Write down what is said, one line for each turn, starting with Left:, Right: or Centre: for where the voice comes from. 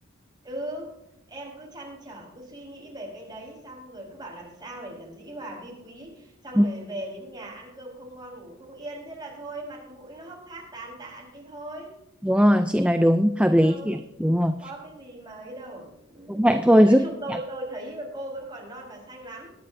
Right: ừ em cứ trăn trở cứ suy nghĩ về cái đấy xong rồi cứ bảo làm sao để làm dĩ hòa vi quý xong
Centre: Ừ,
Right: rồi về đến nhà ăn cơm không ngon ngủ không yên thế là thôi mặt mũi nó hốc hác tàn tạ đi thôi
Centre: Đúng rồi, chị nói đúng, hợp
Right: đúng
Centre: lý
Right: không
Centre: chị ạ. Đúng rồi.
Right: có cái gì mà ấy đâu ừ.
Centre: Cũng vậy thôi
Right: nói
Centre: giúp
Right: chung tôi
Centre: chị ạ.
Right: tôi thấy cô vẫn còn non và xanh lắm